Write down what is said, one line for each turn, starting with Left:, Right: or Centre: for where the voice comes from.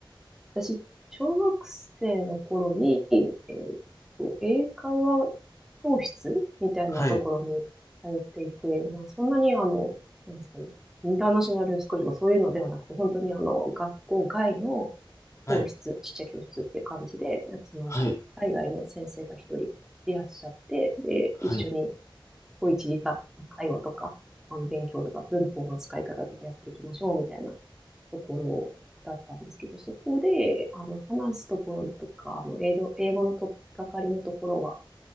Centre: 私、小学生の頃に、えっと、英会話教室みたいなところに通っていて、
Left: はい。
Centre: まあ、そんなにあの、なんですかね、インターナショナルスクールとかそういうのではなくて、本当にあの、学校外の
Left: はい。
Centre: 教室、ちっちゃい教室っていう感じで、その、
Left: はい。
Centre: 海外の先生が一人いらっしゃって、で、
Left: はい。
Centre: 一緒に、こう1時間会話とか、あの、勉強とか、文法の使い方とかやっていきましょうみたいなところだったんですけど、そこで、あの、話すところとか、あの、英語、英語の取っかかりのところは